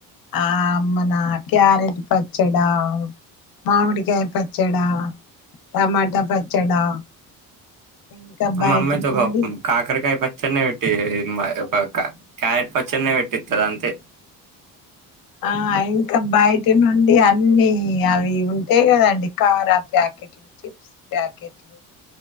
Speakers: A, on the left (about 60°); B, on the right (about 55°).
A: ఆ అమ్మనా క్యారెట్ ప పచ్చడా మామిడికాయ పచ్చడా టమాటా పచ్చడా ఇంకా
B: అ
A: బయటి
B: అమైతోక
A: నుండి
B: కాకరకాయ పచ్ చ్చన్నే పెట్టి మ్ క క్యారెట్ పచ్చన్నే పెట్టితది అంతే
A: ఆ ఇంకా బయటి నుండి అన్నిీ అవి ఉంటై కదండి కారా ప్యా ెట్లు చిప్స్ ప్యాకెట్లు